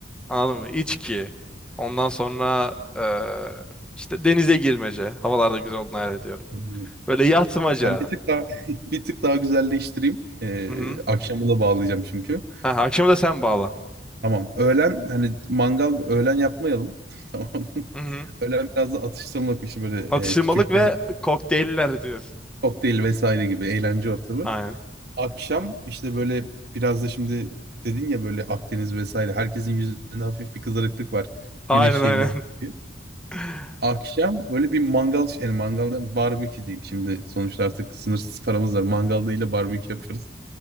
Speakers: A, in the centre; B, on the right.
A: Anladın mı? İçki. Ondan sonra eee, işte denize girmece. Havalarda güzel olduğunu hayal ediyorum.
B: <laughs> bilmiyorum.
A: Böyle yatmaca.
B: ben bir tık daha <laughs> bir tık daha güzelleştireyim. Ee,
A: Hı-hı.
B: akşamı da bağlayacağım çünkü.
A: Ha, akşamı da sen bağla.
B: Tamam. Öğlen hani mangal öğlen yapmayalım. <laughs> Tamam.
A: Hı-hı.
B: Öğlen biraz da atıştırmalık bir şey böyle
A: Atıştırmalık
B: e, küçük
A: ve
B: şeyler.
A: kokteyller diyorsun.
B: Kokteyl vesaire gibi eğlence ortamı.
A: Aynen.
B: Akşam işte böyle biraz da şimdi dedin ya böyle Akdeniz vesaire. Herkesin yüzünde hafif bir kızarıklık var.
A: Aynen
B: Güneş şeyinden.
A: aynen. <laughs>
B: dolayı. Akşam böyle bir mangal yani mangalda barbekü diyeyim şimdi. Sonuçta artık sınırsız paramız var. Mangal değil de barbekü yaparız.